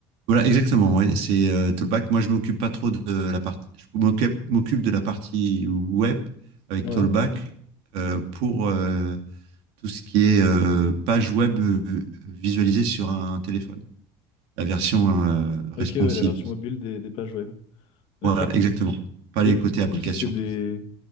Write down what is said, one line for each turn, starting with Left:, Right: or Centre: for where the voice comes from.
Right: Voilà, exactement. Ouais. C'est euh, Tollback. Moi, je m'occupe pas trop de la partie. Je m'occupe m'occupe de la partie web avec
Left: Ouais.
Right: Ouais. Tollback euh, pour euh, tout ce qui est euh, page web euh, visualisée sur un téléphone. La version euh, responsive.
Left: Ok, ouais, la version mobile des, des pages web.
Right: Voilà,
Left: Ok.
Right: exactement. Ok. Pas les
Left: Et du
Right: côtés
Left: coup,
Right: Et du application.
Left: c'est des,
Right: coup,